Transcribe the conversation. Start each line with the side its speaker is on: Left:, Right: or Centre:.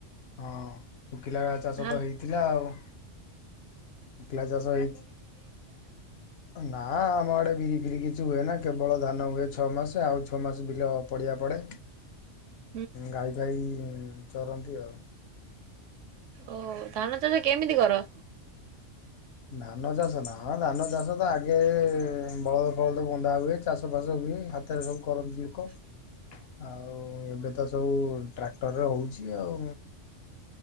Left: ହଁ ଶୁଖିଲା ଚାଷ
Right: ଧାନ
Left: ତ ହେଇଥିଲା ଆଉ। ଶଖିଲା ଚାଷ ହେଇଚି।
Right: ହ
Left: ନା ଆମ ଆଡ଼େ ବିରି ଫିରି କିଛି ହୁଏ ନା କେବଳ ଧାନ ହୁଏ ଛଅ ମାସ ଆଉ ଛଅ ମାସ ବିଲେ ପଡ଼ିଆ ପଡ଼େ।
Right: <unintelligible>
Left: ଗାଈ ଭାଇ ଚରନ୍ତି ଆଉ।
Right: ଓ ହୋ ଧାନ ଚାଷ କେମିତି କର?
Left: ଧାନ ଚାଷ ନାଁ ହଁ ଧାନ ଚାଷ ତ ଆଗେ ବଳଦ ଫଳଦ ବନ୍ଧା ହୁଏ ଚାଷ ଫାସ ହୁଏ। ହାତରେ ସବୁ କରନ୍ତି ଲୋକ।
Right: ହୁଁ
Left: ଆଉ ଏବେ ତ ସବୁ ଟ୍ରାକ୍ଟରରେ ହଉଛି ଆଉ।